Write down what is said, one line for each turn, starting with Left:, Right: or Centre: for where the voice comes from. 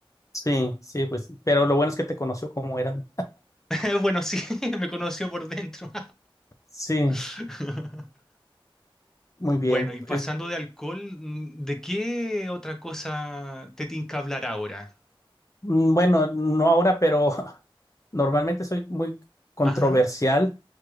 Left: Sí, sí, pues, pero lo bueno es que te conoció como eran.
Centre: <laughs> Bueno, sí, <laughs> me conoció por dentro.
Left: Sí,
Centre: <laughs>
Left: Muy bien.
Centre: Bueno, y pasando
Left: Es,
Centre: de alcohol, mm, ¿de qué otra cosa te tinca hablar ahora?
Left: mm, bueno, no ahora, pero <laughs> normalmente soy muy controversial.
Centre: Ajá.